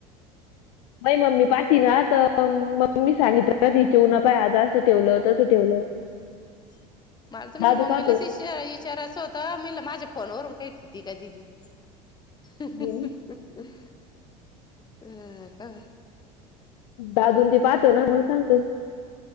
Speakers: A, on the left; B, on the left.
A: मई मम्मी पाहती ना तर मम्मी सांगितलं ति चिऊना पाय आज असं ठेवलं. तसं ठेवलं.
B: <unintelligible> <inaudible> मला तुमच्या
A: दादू
B: मम्मीलाच
A: पाहतो
B: विचा विचारायचं होतं मेल माझ्या फोनवरून काय ठेवती काय दिदी. <unintelligible>
A: नाही नाही
B: <inaudible> हा का
A: दादून ते पाहतो ना मग सांगतो